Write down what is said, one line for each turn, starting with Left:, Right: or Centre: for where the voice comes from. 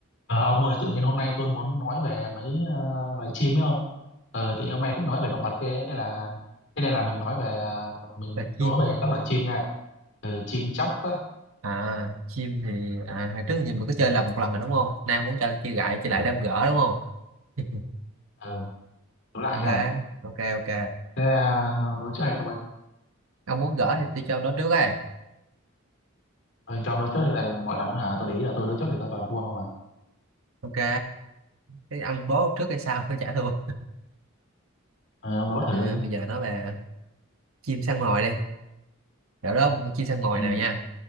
Left: Ờ, ông ơi, tự nhiên hôm nay tôi muốn nói về mấy ờ, loài chim ấy không? Ờ, tự nhiên hôm nay thích nói về động vật ghê, ấy. thế là thế nên là mình nói về ờ, mình
Right: là chim
Left: đố về
Right: hả?
Left: các loài chim nha. Ờ, chim chóc á,
Right: à chim thì à hồi trước giờ mình có chơi lần một lần rồi đúng không nay muốn chơi chơi gãi chơi lại đâm gỡ đúng không <laughs>
Left: ờ, đố lại
Right: ok
Left: nha.
Right: ok ok
Left: Thế ờ, ông đố trước hay tôi?
Right: ông muốn gỡ thì tôi cho ông đó trước ấy
Left: Ờ, cho ông đố trước thì tại vì mọi lần hả, tôi để ý là tôi đố trước thì tôi toàn thua không à.
Right: ok cái ăn bố trước hay sao tôi trả <laughs> thua
Left: Ờ, ông đố thử
Right: à,
Left: đi.
Right: bây giờ nói về chim săn mồi đi kiểu đó con chim săn mồi
Left: Ừ,
Right: nào nha